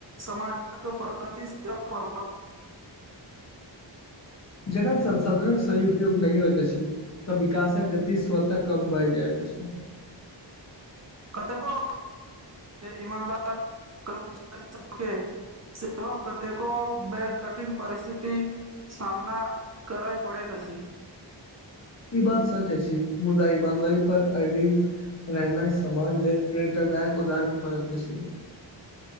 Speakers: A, on the right; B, on the left.
A: समाजक प्रगति से प
B: जखन संसाधनक सही उपयोग नै होइत अछि तऽ विकासक गति स्वत कम भए जाइत अछि
A: कतेको ईमानदार कर्मचारी सभ के सेहो कतेको बेर कठिन परिस्थिति। सामना करैय पड़ैत अछि
B: बात सच अछि मुदा ईमानदारी पर अडिंग रहनाय समाज लेलऽ प्रेरदायक उदाहरण परैत अछि